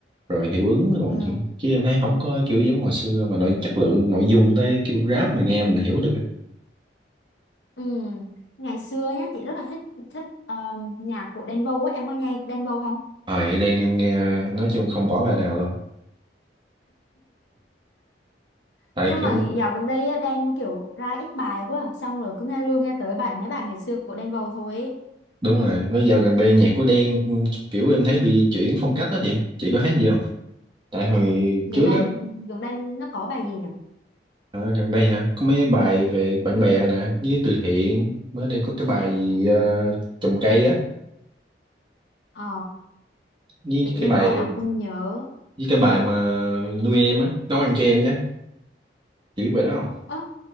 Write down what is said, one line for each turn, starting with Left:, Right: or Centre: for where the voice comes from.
Right: rồi hiệu ứng rồi
Left: Ừ.
Right: chứ em thấy không có kiểu giống hồi xưa mà nội chất lượng nội dung tới kiểu rap mà nghe mình hiểu được. á.
Left: Ừ. Ngày xưa nhá, chị rất là thích thích um, nhạc của Đen Vâu á, em có nghe Đen Vâu không?
Right: Ờ à, đen em nghe nói chung không bỏ bài nào đâu. Tại
Left: nhưng
Right: kiểu
Left: mà dạo gần đây á, Đen kiểu ra ít bài quá à. xong rồi cứ nghe luôn nghe tới bài mấy bài ngày xưa của Đen Vâu thôi ý.
Right: đúng rồi với dạo gần đây nhạc của Đen kiểu em thấy bị chuyển phong cách đó chị chị có thấy gì không tại hồi
Left: gần
Right: trước
Left: đây
Right: á
Left: gần đây nó có bài gì nhỉ
Right: à, gần đây hả có mấy bài về bạn bè nè với từ thiện mới đây có cái bài gì ờ, trồng cây á
Left: Ờ,
Right: với
Left: tự nhiên
Right: cái bài
Left: nói là không nhớ
Right: với cái bài mà nuôi em á nấu ăn cho em chứ chị biết bài đó không
Left: ơ